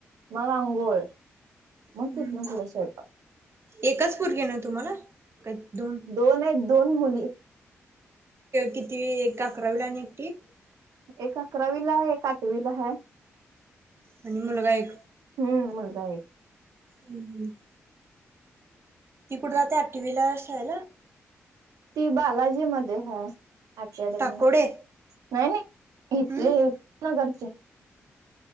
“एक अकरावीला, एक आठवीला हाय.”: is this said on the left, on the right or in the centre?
Right